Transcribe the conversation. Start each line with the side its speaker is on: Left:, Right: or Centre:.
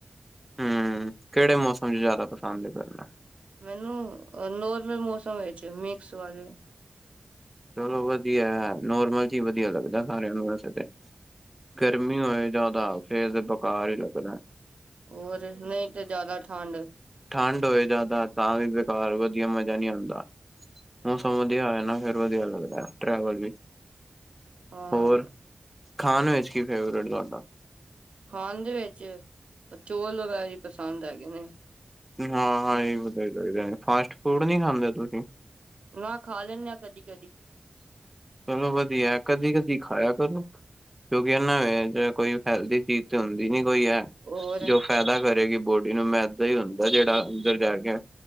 Centre: ਹਮ, ਕਿਹੜੇ ਮੌਸਮ ਚ ਜ਼ਿਆਦਾ ਪਸੰਦ ਐ ਕਰਨਾ।
Right: ਮੈਨੂੰ ਨੋਰਮਲ ਮੌਸਮ ਵਿੱਚ ਮਿਕਸ ਵਾਲੇ।
Centre: ਚਲੋ ਵਧੀਆ, ਨੋਰਮਲ ਚ ਵਧੀਆ ਲੱਗਦਾ ਸਾਰਿਆਂ ਨੂੰ ਵੈਸੇ ਤੇ ਗਰਮੀ ਹੋਏ ਜਾਂਆਦਾ ਫੇ ਤੇ ਬੇਕਾਰ ਈ ਲੱਗਨਾ।
Right: ਹੋਰ, ਨਹੀਂ ਤੇ ਜ਼ਿਆਦਾ ਠੰਡ
Centre: ਠੰਡ ਹੋਏ ਜ਼ਿਆਦਾ ਤਾਂ ਵੀ ਬੇਕਾਰ ਵਧੀਆ ਮਜ਼ਾ ਨਈ ਆਂਦਾ, ਮੌਸਮ ਵਧੀਆ ਹੋਏ ਨਾ ਫਿਰ ਵਧੀਆ ਲੱਗਦਾ ਟੈਵਲ ਵੀ,
Right: ਹਾਂ
Centre: ਹੋਰ ਖਾਣ ਵਿੱਚ ਕੀ ਫੇਵਰੇਟ ਤੋਡਾ
Right: ਖਾਣ ਦੇ ਵਿੱਚ ਅ ਚੋਲ ਵਗੈਰਾ ਈ ਪਸੰਦ ਹੈਗੇ ਨੇ।
Centre: ਹੁ ਹੁ, ਹਾ ਇਹ ਵਦੀਆ ਲਗਦਾ, ਫਾਸਟ- ਫੂਡ ਨੀ ਖਾਂਦੇ ਤੁਸੀਂ।
Right: ਮ ਖਾ ਲੈਂਦੇ ਆ ਕਦੀ- ਕਦੀ
Centre: ਚਲੋ ਵਧੀਆ, ਕਦੀ- ਕਦੀ ਖਾਇਆ ਕਰੋ। ਕਿਉਂਕਿ ਇਹਨਾਂ ਵੇਚ ਕੋਈ ਹੈਲਦੀ ਚੀਜ਼ ਤੇ ਹੁੰਦੀ ਨੀ ਕੋਈ ਐ।
Right: ਹੋਰ
Centre: ਜੋ ਫਾਇਦਾ ਕਰੇਗੀ ਬੋਡੀ ਨੂੰ, ਮੈਦਾ ਈ ਹੁੰਦਾ ਜਿਹੜਾ ਅੰਦਰ ਜਾ ਕੇ